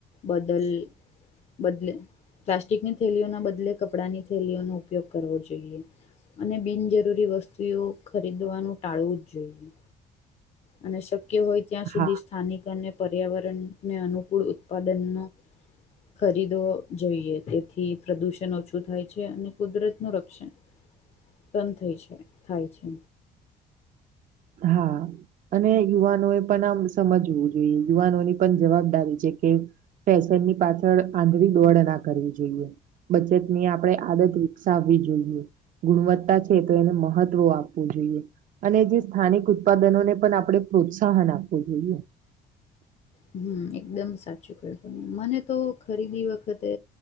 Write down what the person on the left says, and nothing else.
બદલ બદલે પ્લાસ્ટિકની થેલીઓના બદલ બદલે કપડાંની થેલીઓનો ઉપયોગ કરવો જોઈએ. અને બિનજરૂરી વસ્તુઓ ખરીદવાનું ટાળવુંજ જોઈએ. અને શક્ય હોય ત્યાં સુધી
સ્થાનિક અને પર્યાવરણને અનુકૂળ ઉત્પાદનનો ખરીદો જોઈએ તેથી પ્રદુષણ ઓછું થાય છે અને કુદરતનું રક્ષણ બંધ થઈ છે થાય છે.
હમ્મ એકદમ સાચું કહ્યું મને તો ખરીદી વખતે